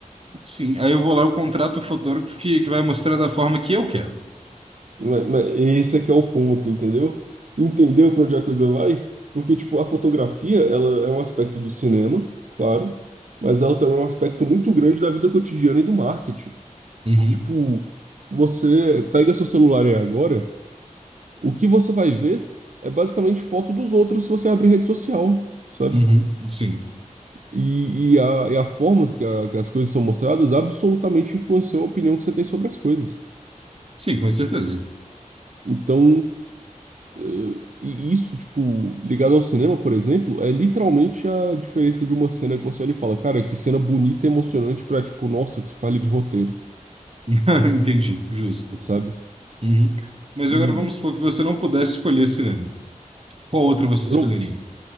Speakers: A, on the right; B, on the right.
A: Sim, aí eu vou lá, eu contrato o fotógrafo que, que vai mostrar da forma que eu quero.
B: mas ma- Esse aqui é o ponto, entendeu? Entendeu para onde a coisa vai? Porque, tipo, a fotografia, ela é um aspecto do cinema, claro, mas ela também é um aspecto muito grande da vida cotidiana e do marketing.
A: uhum,
B: Tipo, você pega seu celular aí agora, o que você vai ver é basicamente foto dos outros se você abrir rede social, sabe?
A: uhum, Sim,
B: E, e a, e a forma que, a- que as coisas são mostradas absolutamente influenciou a opinião que você tem sobre as coisas.
A: sim, com certeza.
B: Então, eh, e isso, tipo, ligado ao cinema, por exemplo, é literalmente a diferença de uma cena que você olha e fala, cara, que cena bonita e emocionante pra, tipo, nossa, que falha de roteiro,
A: <laughs> Entendi, justo.
B: sabe?
A: uhum. Mas
B: E
A: agora vamos supor que você não pudesse escolher cinema. Qual outra você escolheria?
B: eu não,